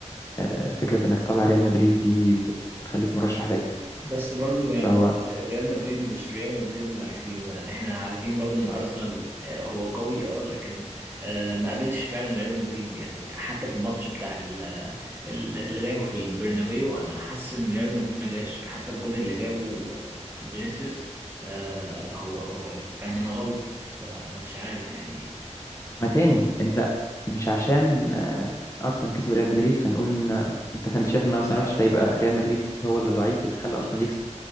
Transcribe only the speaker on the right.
بس برضو يعني
ريال مدريد مش ريال مدريد اللي عارفينه يعني احنا عارفين برضو ان ارسنال آه، هو قوي اه لكن آه، ما قابلش فعلا ريال مدريد يعني حتى في الماتش بتاع ال- ال- اللي لعبه في البرنابيو انا حاسس ان ريال مدريد ما جاش حتى الجون اللي جابه آه، فينيسيوس آه، هو هو كان من غلطة فانا مش عارف يعني